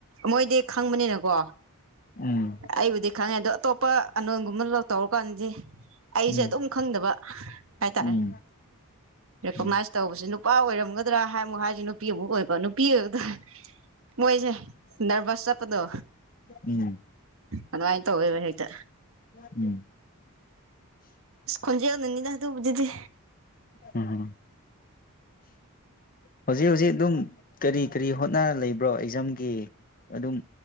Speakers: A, on the right (about 65°); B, on the left (about 40°).
A: ꯃꯣꯏꯗꯤ ꯈꯪꯕꯅꯤꯅꯀꯣ
B: ꯎꯝ
A: ꯑꯩꯕꯨꯗꯤ ꯈꯪꯉꯦ ꯑꯗꯣ ꯑꯇꯣꯞꯄ ꯑꯅꯣꯟꯒꯨꯝꯕ ꯂ ꯇꯧꯔꯨ ꯀꯥꯟꯁꯤꯦ ꯑꯩꯁꯦ
B: ꯎꯝ
A: ꯑꯗꯨꯝ ꯈꯪꯗꯕ ꯍꯥꯏꯇꯥꯔꯦ
B: ꯎꯝ
A: ꯔꯦꯀꯣꯛꯅꯥꯏꯁ
B: ꯎꯝ
A: ꯇꯧꯕꯁꯦ ꯅꯨꯄꯥ ꯑꯣꯏꯔꯝꯒꯗ꯭ꯔꯥ ꯍꯥꯏꯃꯨꯛ ꯍꯥꯏꯁꯦ ꯅꯨꯄꯤ ꯑꯃꯨꯛ ꯑꯣꯏꯕ ꯅꯨꯄꯤ ꯑꯣꯏꯕꯗ ꯃꯣꯏꯁꯦ ꯅꯔꯚꯁ ꯆꯠꯄꯗꯣ
B: ꯎꯝ
A: ꯑꯗꯨꯃꯥꯏꯅ ꯇꯧꯋꯦꯕ ꯍꯦꯛꯇ
B: ꯎꯝ
A: ꯈꯣꯟꯖꯦꯅꯅꯤꯗ ꯎꯕꯖꯗꯤ
B: ꯎꯝ ꯍꯧꯖꯤꯛ ꯍꯧꯖꯤꯛ ꯑꯗꯨꯝ ꯀꯔꯤ ꯀꯔꯤ ꯍꯣꯠꯅ ꯂꯩꯕ꯭ꯔꯣ ꯑꯦꯛꯖꯥꯝꯒꯤ ꯑꯗꯨꯝ